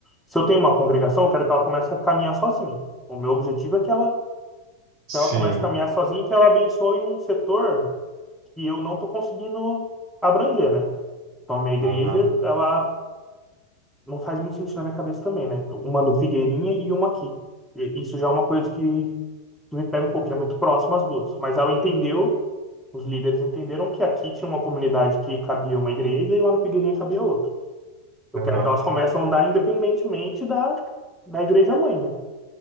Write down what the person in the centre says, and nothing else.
se eu tenho uma congregação, eu quero que ela comece a caminhar sozinha. O meu objetivo é que ela,
que ela comece a caminhar sozinha e que ela abençoe um setor que eu não estou conseguindo abranger, né? Então, a minha igreja,
ela não faz muito sentido na minha cabeça também, né? Uma no Figueirinha e uma aqui. E Isso já é uma coisa que me pega um pouquinho, é muito próximo as duas. Mas ela entendeu, os líderes entenderam que aqui tinha uma comunidade que cabia uma igreja e lá no Figueirinha cabia outra. Eu
quero que elas comecem a andar independentemente da, da igreja mãe, né?